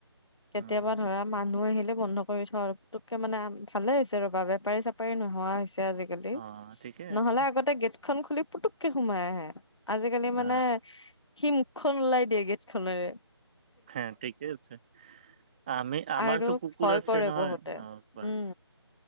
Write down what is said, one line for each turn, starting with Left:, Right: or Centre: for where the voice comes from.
Left: কেতিয়াবা
Right: উম
Left: ধৰা মানুহ আহিলে বন্ধ কৰি থ আৰু টুককে মানে ভালে হৈছে ৰ'বা বেপাৰী, চেপাৰী নোহোৱা হৈছে আজিকালি।
Right: অ ঠিকে
Left: নহ'লে
Right: আছে
Left: আগতে গেট খন খুলি পুতুককে সোমাই আহে। আজিকালি মানে
Right: অ
Left: সি মুখখন ওলাই দিয়ে গেট খনেৰে।
Right: হা ঠিকেই আছে। আমি আমাৰতো
Left: আৰু
Right: কুকুৰ
Left: ভয়
Right: আছে
Left: কৰে
Right: নহয়
Left: বহুতে
Right: অ'কোৱা
Left: উম